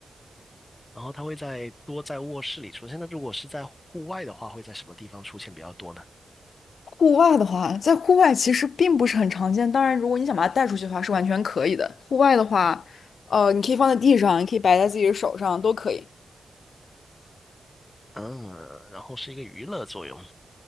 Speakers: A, on the left; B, on the left.
A: 然后它会在多在卧室里出现。那如果是在户外的话，会在什么地方出现比较多呢？
B: 户外的话，在户外其实并不是很常见。当然，如果你想把它带出去的话，是完全可以的。户外的话，呃，你可以放在地上，你可以摆在自己的手上，都可以。
A: 嗯，然后是一个娱乐作用。